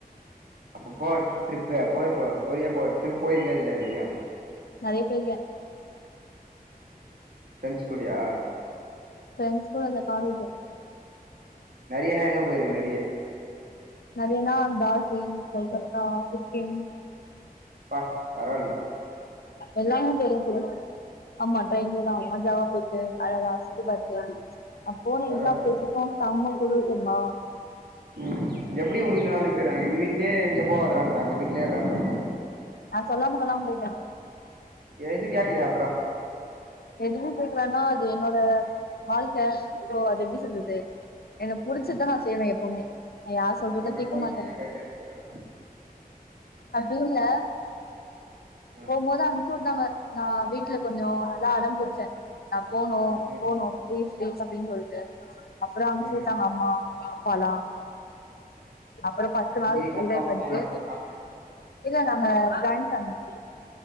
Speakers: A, on the right; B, on the left.
A: அப்ப போ ட்ரிப்பு போறது போற போயே போ ட்ரிப்புக் போயிருக்கியா இல்லையா இதுவரியு
B: நெறையா போயிருக்க
A: ஃபிரெண்ஸ் கூடயா
B: ஃபிரெண்ஸ் கூட இல்ல காலேஜ்லதா
A: நெறையான எங்க போயிருக்ன
B: நெறையனா தாசேன் கொல்கத்தா சிக்கிம்
A: ப்பா பரவா இல்ல
B: எல்லாமே போக போறோ ஆமா ட்ரெய்ன்லதா மஜாவா போச்சு அழகா சுத்திபாக்றதா இருந்துச்சு நா போன
A: பரவால்லையே
B: எல்லா பிளேஸுக்கு சம்ம குழுரு தெர்மா
A: ம் எப்படி உங்க வீட்டுலலா அனுப்பிறாங்க எங்க வீட்லே எங்கியு போகாதறான்றாங்க வீட்லே இறான்ட்றாங்க
B: நா சொல்லாம கொல்லாம போய்ட்ட
A: எது கேக்லயா
B: எதுவு கேக்குலனா அது என்னோட வாழ்க்க சோ அது எப்டி சொல்றது எனக்கு புடிச்சதா
A: ம்
B: நான் செய்வ எப்பவ்மே நான் யார் சொல்றது
A: என்னோட
B: கேட்க
A: வாழ்க்கை
B: மாட்டன்
A: என் கைல இருக்குயா
B: அப்டி இல்ல
A: ஆ
B: போமோது அம்ச்சு உட்டாங்க நா வீட்ல கொஞ்சோ நல்லா அடம்புட்ச்ச நா போனு
A: ம்
B: போனு ப்ளீஸ் ப்ளீஸ் அப்டின் சொல்ட்டு அப்புறோ அம்ச்சு
A: ம்
B: உட்டாங்க அம்மா பாப்பலா அப்றொ பத்து நாள்
A: நீயு உங்க
B: என்ஜாய்
A: அப்பா உங்க
B: பண்ட்டு
A: அம்மா மட்டுமா
B: இல்ல நாங்க ஜாய்ன் ஃபேம்லி